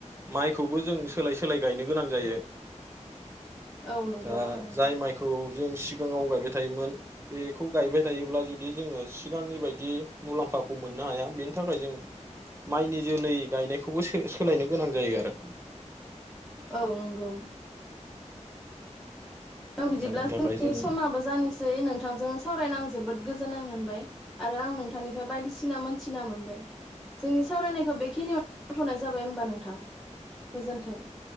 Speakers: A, on the right; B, in the centre.
A: माइखौबो जों सोलाय सोलाय गायनो गोनां जायो।
B: औ नंगौ
A: दा
B: थारानो
A: जाय माइखौ जों सिगाङाव गायबाय थायोमोन बेखौ गायबाय थायोब्ला जुदि जोङो सिगांनि बायदि मुलाम्फाखौ मोननो हाया बेनि थाखाय जों माइनि जोलै गायनाय खौबो सोलायनो गोनां जायो आरो।
B: औ नंगौ। बिदिब्ला
A: जायनि थाखाय
B: जोंनि
A: जों
B: समाबो जानिसै सै नोंथांजों सावरायनो आं जोबोद गोजोन्नाय मोनबाय आरो आं नोंथांनिफ्राय बायदिसिना मोन थिना मोनबाय जोंनि सावरायनायखौ बेखिनियाव दोनथ'नाय जाबाय हबा नोंथां गोजोन्थों।